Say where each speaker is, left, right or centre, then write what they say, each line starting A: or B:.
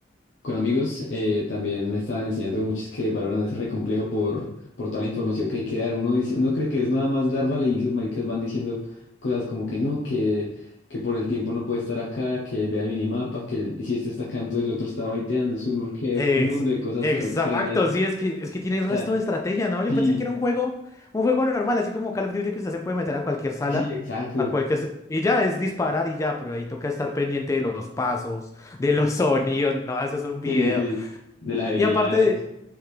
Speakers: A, on the left; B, on the left.
A: Con amigos eh, también me estaban enseñando muchos que valoran ese re complejo por, por toda la información que hay que dar. Uno dice, uno cree que es nada más dar vale y esos maricas van diciendo cosas como que no, que, que por el tiempo no puede estar acá, que vea el minimapa, que el- si este está acá, entonces el otro está baiteando, es un urqueo,
B: Eh,
A: un
B: ex-
A: mundo de cosas
B: exacto,
A: re extrañas.
B: sí, es que, es que tiene el
A: O
B: resto
A: sea,
B: de estrategia, ¿no? Yo
A: sí,
B: pensé que era un juego, un juego normal, así como Call of Duty que usted se puede meter a cualquier sala,
A: sí, exacto.
B: a cualquier... se- Y ya es disparar y ya, pero ahí toca estar pendiente de los pasos, de los <laughs> sonidos, no, eso es un video.
A: Sí, sí, de las
B: Y,
A: habilidades.
B: y aparte de,